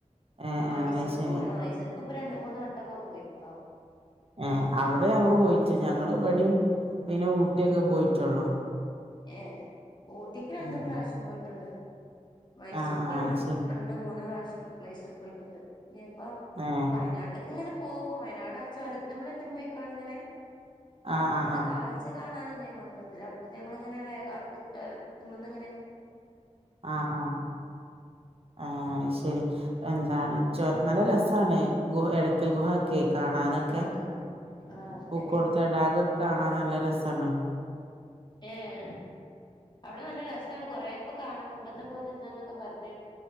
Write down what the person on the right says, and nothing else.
ഏഹ്
ഏഹ് അത് ശരി
ഏ അവിടെ ഞങ്ങള് പോയിട്ട് ഞങ്ങള്- ഇവിടേം പിന്നെ ഊട്ടിയൊക്കെ പോയിട്ടുള്ളൂ
ഉം
ആഹ് ആഹ്
അത് ശരി
ഏഹ്
ആഹ് ആഹ്
ആഹ്
ആഹ് ആഹ് ആ ഹ് ശെരി എന്താണ് ചോ നല്ല രസാണ് ഗുഹ എടക്കൽ ഗുഹ ക്കെ കാണാനൊക്കെ
പൂക്കോട്
തടകയൊക്കെ കാണാൻ നല്ല രസാണ്